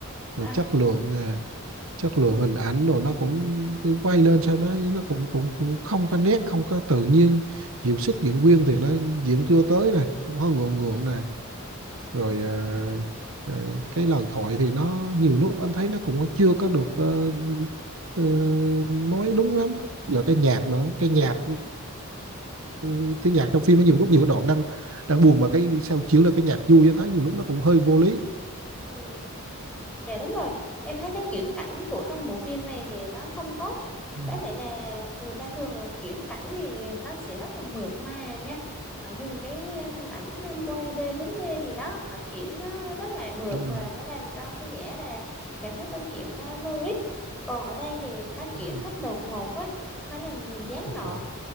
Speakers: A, on the right (about 70°); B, in the centre.
A: và
B: à,
A: chất lượng nè chất lượng hình ảnh rồi nó cũng cái quay lên sao nó nó cũng cũng, cũng không có nét không có tự nhiên diễn xuất diễn viên thì nó diễn chưa tới nè cũng hơi ngượng ngượng nè rồi à, à, cái lời thoại thì nó nhiều lúc anh thấy nó cũng chưa có được ờ, ờ, nói đúng lắm là cái nhạc nữa cái nhạc ừ, tiếng nhạc trong phim nó nhiều lúc nhiều cái đoạn đang đang buồn mà cái sao chiếu là cái nhạc vui anh thấy nhiều lúc nó cũng hơi vô lý
B: Ừ. Dạ đúng rồi, em thấy cái chuyển cảnh của trong bộ phim này thì nó không tốt.
A: Ừ,
B: Đáng lẽ là người ta thường là chuyển cảnh thì nó sẽ rất là mượt mà nha. Họ dùng cái hình ảnh 3D, 4D gì đó, họ chuyển nó rất là mượt
A: đúng
B: và
A: rồi
B: nó làm cho khán giả là cảm thấy câu chuyện nó logic. Còn ở đây thì nó chuyển
A: đúng rồi
B: cách đột ngột quá, nó làm mình gián
A: đúng
B: đoạn.
A: rồi.